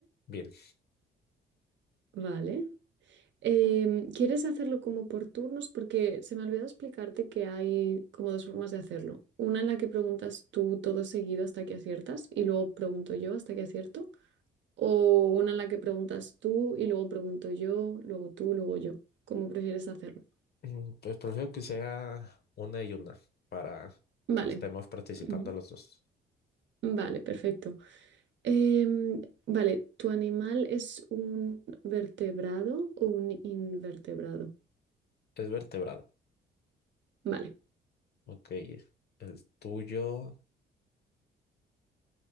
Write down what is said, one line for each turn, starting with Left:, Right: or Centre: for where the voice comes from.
Left: bien.
Right: Vale. Em, ¿quieres hacerlo como por turnos? Porque se me olvidó explicarte que hay como dos formas de hacerlo. Una en la que preguntas tú todo seguido hasta que aciertas y luego pregunto yo hasta que acierto. O una en la que preguntas tú y luego pregunto yo, luego tú, luego yo. ¿Cómo prefieres hacerlo?
Left: Mm, Pues prefiero que sea una y una para
Right: Vale.
Left: que estemos participando
Right: Ujú.
Left: los dos.
Right: Vale, perfecto. Em, vale, ¿tu animal es un vertebrado o un invertebrado?
Left: Es vertebrado.
Right: Vale.
Left: Ok, el tuyo.